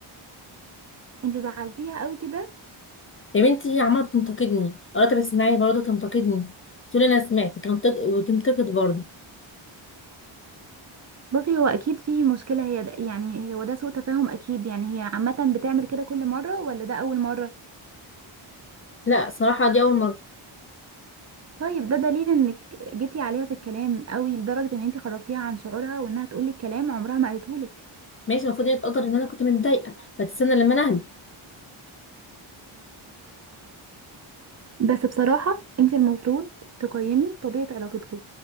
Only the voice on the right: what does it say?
انت زعلتيها قوي كده
بصي هو اكيد في مشكله هي ده يعني هو ده سوء تفاهم اكيد يعني هي عامه بتعمل كده كل مره ولا ده اول مره
طيب ده دليل انك جيتي عليها في الكلام قوي لدرجه ان انت خرجتيها عن شعورها وانها تقولك كلام عمرها ما قالته لك
بس بصراحة انت المفروض تقيمي طبيعة علاقتكم